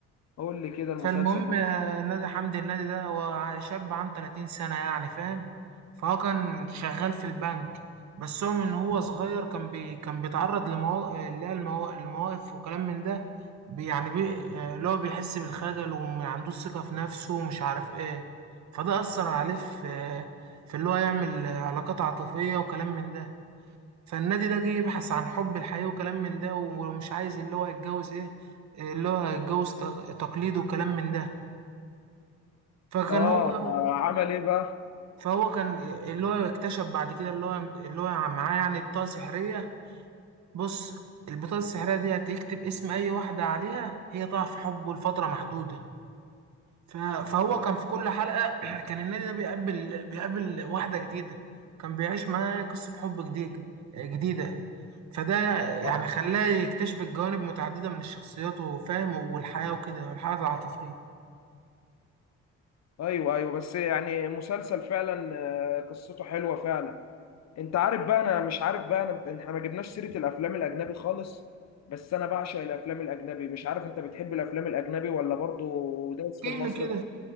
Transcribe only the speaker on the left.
قول لي كده المسلسل
ده
اه
فعمل ايه بقى
آه.
ايوه ايوه بس يعني مسلسل فعلا آه، قصته حلوه فعلا انت عارف بقى انا مش عارف بقى انا احنا ما جبناش سيره الافلام الاجنبي خالص بس انا بعشق الافلام الاجنبي مش عارف انت بتحب الافلام الاجنبي ولا برضو دايس
في المصري